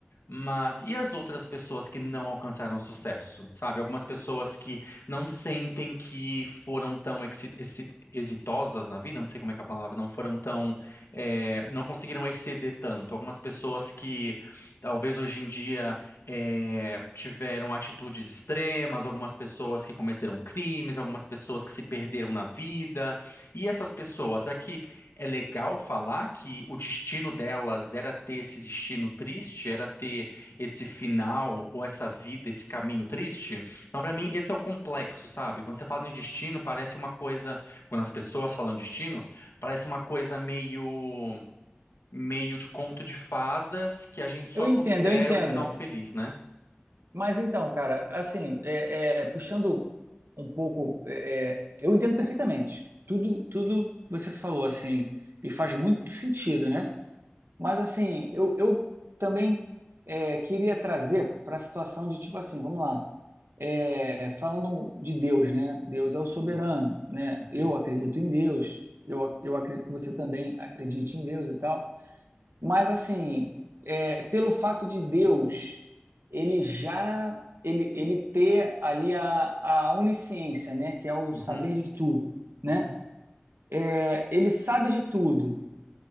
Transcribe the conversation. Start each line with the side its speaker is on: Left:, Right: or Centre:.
Left: Mas e as outras pessoas que não alcançaram sucesso, sabe? Algumas pessoas que não sentem que foram tão exi- exi- exitosas na vida, não sei como é que é a palavra, não foram tão, é, não conseguiram exceder tanto. Algumas pessoas que talvez hoje em dia é, tiveram atitudes extremas, algumas pessoas que cometeram crimes, algumas pessoas que se perderam na vida. E essas pessoas, aqui. É legal falar que o destino delas era ter esse destino triste, era ter esse final ou essa vida, esse caminho triste. Então, para mim, esse é o complexo, sabe? Quando você fala em destino, parece uma coisa, quando as pessoas falam de destino, parece uma coisa meio meio de conto de fadas que a gente só
Right: Eu entendo,
Left: considera
Right: eu entendo.
Left: o final feliz, né?
Right: Mas então, cara, assim, é, é, puxando um pouco, é, é, eu entendo perfeitamente tudo, tudo que você falou, assim, e faz muito sentido, né? Mas assim, eu, eu também é, queria trazer para a situação de tipo assim, vamos lá, É, falando de Deus, né? Deus é o soberano,
Left: Uhum,
Right: né?
Left: uhum,
Right: Eu acredito em Deus, eu, ac- eu acredito que você também acredite em Deus e tal. Mas assim, é, pelo fato de Deus, ele já ele, ele ter ali a, a onisciência, né? Que é o
Left: uhum,
Right: saber de tudo, né?
Left: uhum,
Right: É, ele sabe de tudo.